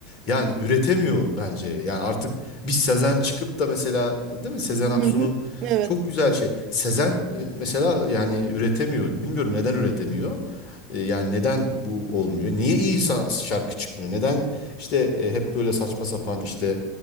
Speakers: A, on the left; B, on the right.
A: yani üretemiyor bence. Yani artık bir Sezen çıkıp da mesela değil mi Sezen Aksu'nun
B: Hı hı. Evet.
A: çok güzel şey. Sezen e, mesela yani üretemiyor. Bilmiyorum neden üretemiyor. E, Yani neden bu olmuyor? Niye iyi sa- şarkı çıkmıyor? Neden işte e, hep böyle saçma sapan işte